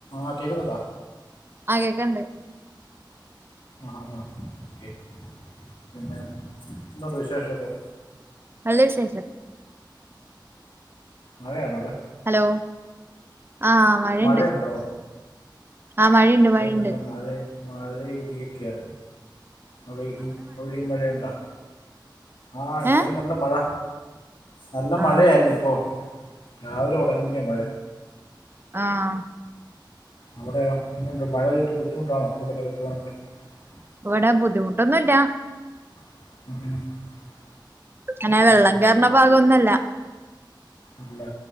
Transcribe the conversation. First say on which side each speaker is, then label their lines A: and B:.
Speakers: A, on the left (about 80°); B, on the right (about 30°).
A: ആഹ് കേക്കുന്നുണ്ടാ
B: ആ കേക്ക്ണ്ട്
A: ആ ആ ഒക്കെ പിന്നെ എന്തുണ്ട് വിശേഷൊക്കെ
B: നല്ല വിശേഷം
A: മഴയാണോ അവിടെ
B: ഹലോ ആ മഴയിണ്ട്
A: മഴയുണ്ടോ
B: ആഹ് മഴയിണ്ട്
A: ഇവിടെ
B: മഴയിണ്ട്
A: നല്ല മഴ മഴ ഇടിയൊക്കെയ മഴയിടി അവിടെ മഴയിണ്ടാ ആഹ് ഇവിടെ
B: ഏ
A: നല്ല മഴ നല്ല
B: ആ
A: മഴയായിരുന്നു ഇപ്പോ രാവിലെ തൊടങ്ങിയ മഴ
B: ആഹ്
A: അവിടെയ എങ്ങനിണ്ട് മഴപെയ്ത് ബുദ്ധിമുട്ടാണോ <unintelligible>
B: ഇവടെ ബുദ്ധിമുട്ടൊന്നുല്ല
A: <inaudible>
B: അങ്ങനെ വെള്ളം
A: ഉം.
B: കേറ്ണ ഭാഗഒന്നല്ല ത്ത
A: ഇല്ല